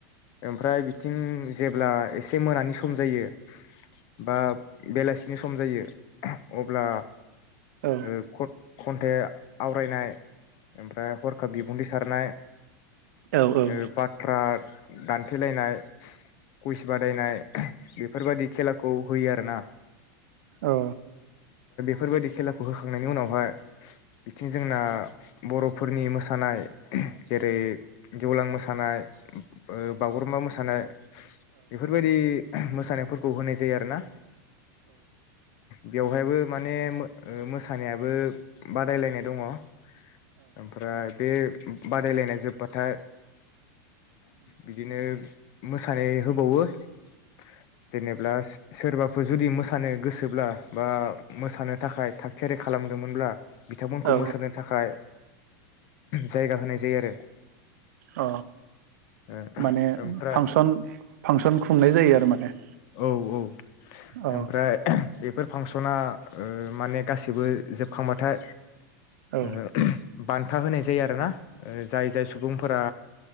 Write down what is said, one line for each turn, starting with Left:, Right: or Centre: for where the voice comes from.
Left: ओमफ्राय बिथिं जेब्ला एसे मोनानि सम जायो बा बेलासि नि सम जायो अब्ला
Right: औ
Left: ओ ख खन्थे आवरायनाय ओमफ्राय हरखाब बिबुंथि सारनाय
Right: औ उम
Left: ओ बाथ्रा दानथेलायनाय कुइस बादायनाय बेफोरबादि खेलाखौ होयो आरो ना
Right: औ
Left: फोरबायदि खेलाखौ होखांनायनि उनावहाय बिथिं जोंना बर'फोरनि मोसानाय जेरै गेवलां मोसानाय बागुरुम्बा मोसानाय बेफोरबायदि म मोसानायफोरखौ होनाय जायो आरोना बेवहायबो माने मोसानायाबो बादायलायनाय दङ । ओमफ्राय बे बादायलायनाय जोब्बाथाय बिदिनो मोसानाय होबावो <inaudible> जेनेब्ला सोरबा बे जुदि मोसा मोसानो गोसोब्ला बा मोसानो थाखाय थाग थियारि खालामदोंमोनब्ला बिथांमोनखौ
Right: औ
Left: मोसानो थाखाय जायगा होनाय जायो आरो
Right: अ
Left: ओ
Right: माने
Left: ओमफ्राय
Right: फांसन फांसन खुंनाय जायो आरो माने
Left: औ औ
Right: औ
Left: ओमफ्राय बेफोर फांसना माने गासिबो जोबखांबाथाय
Right: औ
Left: ओ बान्था होनाय जायो आरो ना जाय जाय सुबुंफोरा